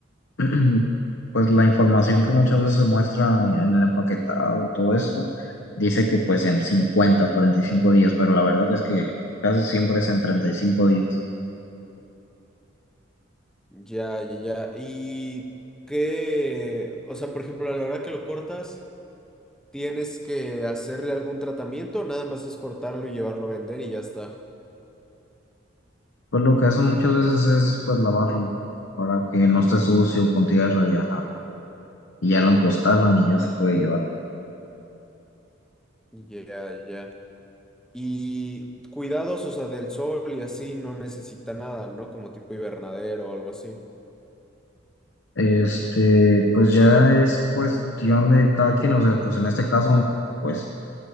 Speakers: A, on the left (about 65°); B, in the centre.
A: <clears throat> pues la información que muchas veces se muestra en el empaquetado, todo esto, dice que pues en 50 o 45 días, pero la verdad es que casi siempre es en 35 días.
B: Ya, ya, ya. ¿Y qué? O sea, por ejemplo, a la hora que lo cortas, ¿tienes que hacerle algún tratamiento? Nada más es cortarlo y llevarlo a vender y ya está.
A: Pues lo que hacen muchas veces es pues lavarlo para que no esté sucio con tierra y ajá, y ya lo encostalan y ya se puede llevar.
B: Ya, ya. Y cuidados, o sea, del sol y así no necesita nada, ¿no? Como tipo invernadero o algo así.
A: Este, pues ya es cuestión de cada quien, o sea, pues en este caso, pues